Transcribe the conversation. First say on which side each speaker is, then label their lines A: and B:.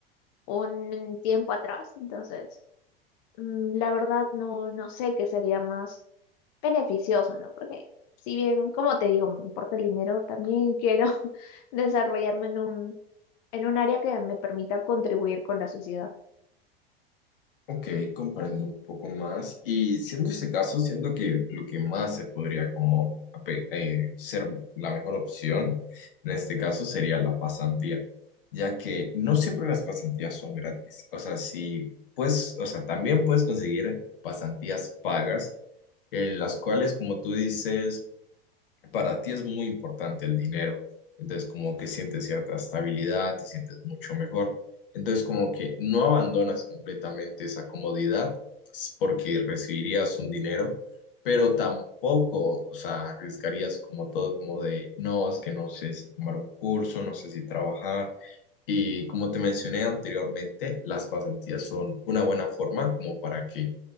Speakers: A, on the left (about 40°); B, on the left (about 60°).
A: un tiempo atrás, entonces mm, la verdad no, no sé qué sería más beneficioso, ¿no? Porque si bien, como te digo, me importa el dinero, también quiero <laughs> desarrollarme en un, en un área que me permita contribuir con la sociedad.
B: Ok, comprendo un poco más. Y siendo este caso, siento que lo que más se podría como ape- eh, ser la mejor opción en este caso sería la pasantía, ya que no siempre las pasantías son gratis. O sea, si pues, o sea, también puedes conseguir pasantías pagas, en las cuales, como tú dices, para ti es muy importante el dinero. Entonces, como que sientes cierta estabilidad, te sientes mucho mejor. Entonces, como que no abandonas completamente esa comodidad s- porque recibirías un dinero, pero tampoco, o sea, arriesgarías como todo, como de, no, es que no sé si tomar un curso, no sé si trabajar y como te mencioné anteriormente, las pasantías son una buena forma como para que